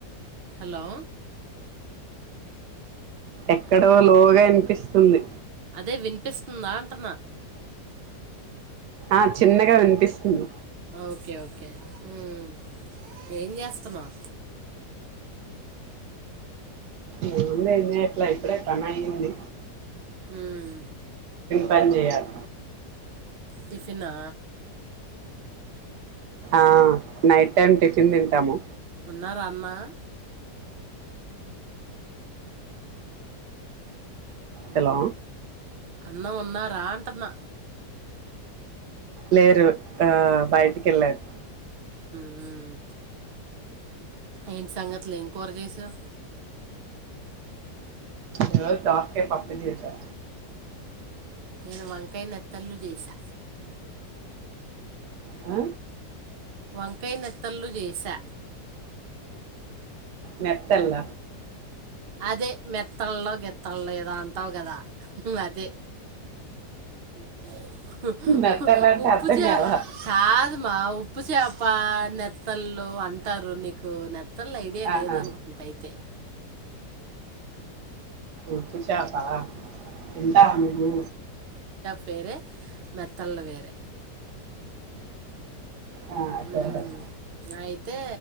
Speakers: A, on the right; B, on the right.
A: హలో
B: ఎక్కడో లోగా ఇన్పిస్తుంది.
A: అదే వినిపిస్తుందాంటున్నా.
B: ఆ చిన్నగా వినిపిస్తుంది
A: ఓకే ఓకే మ్మ్ ఏం జాస్తున్నావ్
B: ఏముంది ఏం జెయట్లే ఇప్పుడే పనయ్యింది.
A: హ్మ్
B: పన్ జెయ్యాలి
A: టిఫీ నా
B: ఆ నైట్ టైం టిఫిన్ తింటాము
A: ఉన్నరా అన్నా
B: హలో
A: అన్న ఉన్నారా అంటన్న
B: లేరు ఆ బయటికెళ్లరు
A: హ్మ్ ఏంట్ సంగతుల్ ఏం కూర చేసావ్
B: ఈరోజ్ దోస్కాయ్ పప్పు చేసా
A: నేను వంకాయ్ నెత్తళ్లు చేసా
B: ఆ
A: వంకయ్ నెత్తళ్లు చేసా
B: మెత్తల్ల
A: అదే మెత్తల్లో, గిత్తల్లో ఏదో అంతవ్ గదా అదే ఊహు
B: నెత్తళ్ళ
A: హు
B: అంటే
A: ఉప్పు
B: అర్థం
A: చేప
B: కాలా
A: కాదు మా ఉప్పు చేప, నెత్తల్ ళ్ళు అంతారు నీకు నేత్ నేత్తల్ ఐడియా
B: ఆహా
A: లేదనుకుంటే అయితే
B: ఉప్పుచాప తింటార మీరు
A: పేరే మెత్తల్ వేరే
B: ఆ సరే
A: ఉమ్,
B: సరే
A: అయితే